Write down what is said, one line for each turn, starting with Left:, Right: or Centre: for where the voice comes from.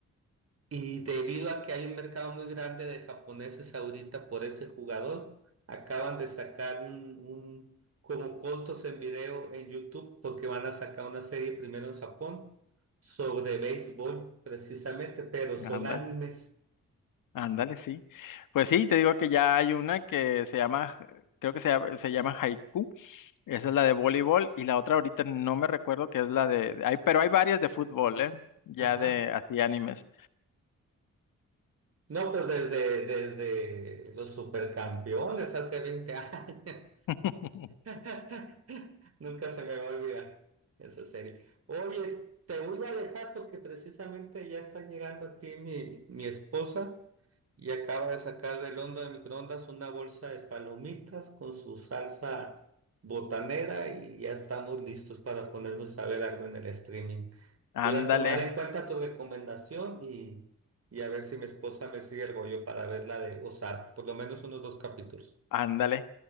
Right: Y debido a que hay un mercado muy grande de japoneses ahorita por ese jugador, acaban de sacar un, un como cortos en video en YouTube porque van a sacar una serie primero en Japón sobre béisbol precisamente, pero son
Left: ándale,
Right: animes.
Left: ándale, sí. Pues sí, te digo que ya hay una que se llama, creo que se, llama- se llama Haiku. Esa es la de voleibol. Y la otra ahorita no me recuerdo que es la de. Hay, pero hay varias de fútbol, ¿eh? Ya
Right: Ajá.
Left: de así animes.
Right: No, pero desde, desde los supercampeones hace 20 <laughs> años.
Left: <laughs>
Right: <laughs> Nunca se me va a olvidar esa serie. Oye, te voy a dejar porque precisamente ya está llegando aquí mi, mi esposa y acaba de sacar del hondo de microondas una bolsa de palomitas con su salsa botanera y ya estamos listos para ponernos a ver algo en el streaming.
Left: Ándale,
Right: Voy a tomar en cuenta tu recomendación y, y a ver si mi esposa me sigue el rollo para ver la de Ozark, por lo menos unos dos capítulos.
Left: ándale.